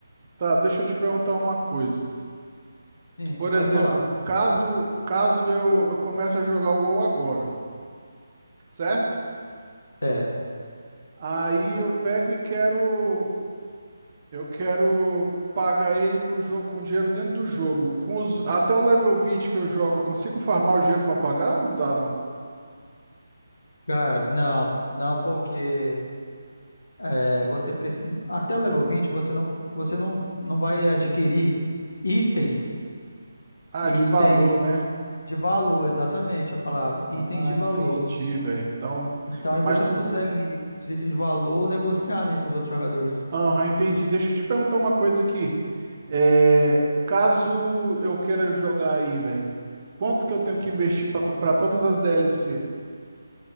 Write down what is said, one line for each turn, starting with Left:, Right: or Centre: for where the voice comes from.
Right: tá, deixa eu te perguntar uma coisa.
Left: Sim,
Right: Por
Left: pode
Right: exemplo,
Left: falar.
Right: caso caso eu, eu comece a jogar o WoW agora, certo?
Left: Certo.
Right: Aí eu pego e quero eu quero pagar ele com o jogo, com o dinheiro dentro do jogo. Com os, até o level 20 que eu jogo, eu consigo farmar o dinheiro pra pagar? Não dá, não.
Left: Cara, não, não porque é, você precisa, até o level 20 você não, você não, não vai adquirir itens,
Right: Ah,
Left: itens
Right: de valor, né?
Left: de valor, exatamente a palavra, itens
Right: Ah,
Left: de valor.
Right: entendi, velho. Então,
Left: Então aí
Right: mas
Left: você
Right: tu
Left: não consegue, com os itens de valor, negociar, né, com os outros jogadores.
Right: Aham, entendi. Deixa eu te perguntar uma coisa aqui. É, caso eu queira jogar aí, velho, quanto que eu tenho que investir pra comprar todas as DLC?